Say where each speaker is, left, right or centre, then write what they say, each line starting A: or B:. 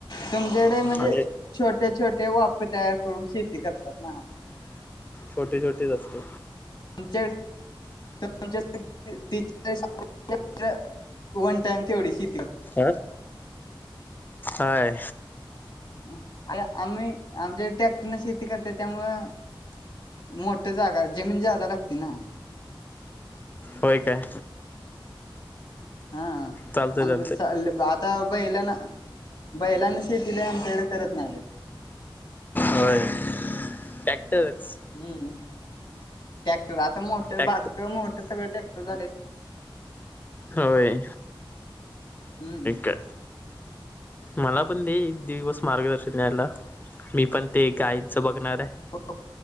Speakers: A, on the left; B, on the left.
A: तुमच्याकडे म्हणजे
B: हा
A: छोट्या छोटे वाफ तयार करून शेती करतात ना
B: छोटी छोटीच असते.
A: आमच्या <unintelligible> वन टाइम तेवडीशी
B: आ हाय
A: <unintelligible> आम्ही आमच्यात ट्रॅक्टरन शेती करत्यात त्यामुळ मोठ्या जागा जमीन जादा लागती ना
B: होय काय?
A: हा
B: चालतंय
A: आमच्याकड
B: चालतंय
A: <unintelligible> आता बैलाना बैलांना शेतीला आमच्याकडे करत नाही.
B: होय ट्रॅक्टरच
A: हम्म टॅक्टर आता मोठं
B: ट्रॅक्टर
A: बारक मोठ सगळं ट्रॅक्टर झा
B: होयय
A: हम्म
B: का मला. पण दे एक दिवस मार्गदर्शन द्यायला मी पण ते गायींचं बघणार. आहे.
A: हो.